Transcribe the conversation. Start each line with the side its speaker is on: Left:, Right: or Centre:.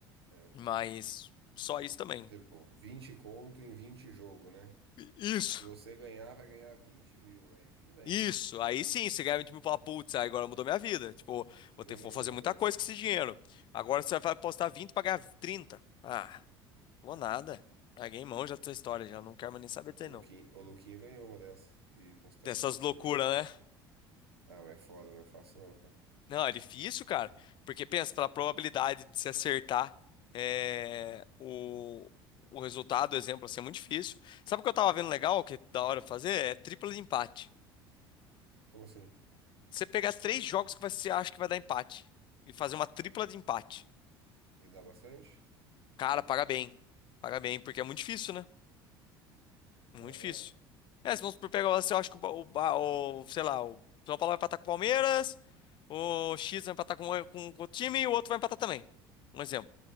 Right: é.
Left: Mas só isso também.
Right: Tipo, 20 conto em 20 jogo, né?
Left: Isso.
Right: Se você ganhar, vai ganhar 20 mil. Aí tudo bem,
Left: Isso,
Right: né?
Left: aí sim, você ganha 20 mil e fala, putz, aí agora mudou minha vida. Tipo,
Right: O Luquinha
Left: vou ter, vou
Right: ganhou
Left: fazer
Right: uma
Left: muita
Right: dessas.
Left: coisa com esse dinheiro. Agora você vai apostar 20 pra ganhar 30. Ah, vou
Right: É.
Left: nada. Larguei mão já dessa história, já não quero mais nem saber disso
Right: O
Left: aí,
Right: Luquinha,
Left: não.
Right: o Luquinha ganhou uma dessas de postar
Left: Dessas
Right: pouquinho.
Left: loucuras,
Right: Ah, mas é foda, não é fácil não, cara.
Left: Não, é difícil, cara. Porque pensa, pela probabilidade de se acertar é, o, o resultado, o exemplo, assim, é muito difícil. Sabe o que eu tava vendo legal, que é da
Right: Hum.
Left: hora fazer? É tripla de empate.
Right: Como assim?
Left: Você pegar três jogos que você acha que vai dar empate e fazer uma tripla de empate.
Right: E dá bastante?
Left: Cara, paga bem. Paga bem, porque é muito difícil, né?
Right: Ah,
Left: Muito
Right: é?
Left: difícil. É, se vamos por pegar, você acha que o, Ba- o, Ba- o, sei lá, o São Paulo vai empatar com o Palmeiras, o X vai empatar com, o- com, com o time e o outro vai empatar também. Um exemplo.